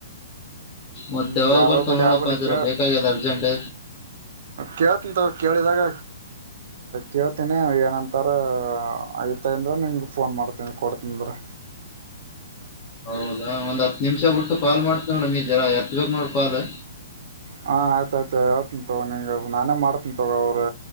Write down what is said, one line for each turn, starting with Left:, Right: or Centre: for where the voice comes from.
Right: ಹ್ಮ
Left: ಮತ್ತೆ ಯಾವಾಗ
Right: ಯಾರೋ
Left: ಬರ್ತಾವ
Right: ಬಳಿ
Left: ನೋಡಪ್ಪ
Right: ಅವರ ಬಳಿ
Left: ಜರ
Right: ಕೇಳ್ದೆ
Left: ಬೇಕಾಗ್ಯದ ಅರ್ಜೆಂಟ್
Right: ಕೇಳ್ತತೀನಿ ತೊಗೊ ಕೇಳಿದಾಗ. ಕೇಳ್ತೀನಿ ಏನಂತಾರ ಐತ ಅಂದ್ರೆ ನಿಂಗೆ ಫೋನ್ ಮಾಡ್ತೀನಿ ಕೊಡ್ತಿನಂದ್ರೇ.
Left: ಹೌದಾ ಒಂದ್ ಹತ್ತು ನಿಮಿಷ ಬಿಟ್ಟು ಕಾಲ್ ಮಾಡ್ತೀನಿ ನೋಡ ಈ ಜರ ಎತ್ಬೇಕ ನೋಡ ಪಾ ಅದ
Right: ಹಾ ಆಯ್ತಾ ಆಯ್ತಾ ಹೇಳ್ತಿನ ತಗೋ ನಾ ನಾನೇ ಮಾಡ್ತೀನಿ ತಗೋ ಅವ್ರ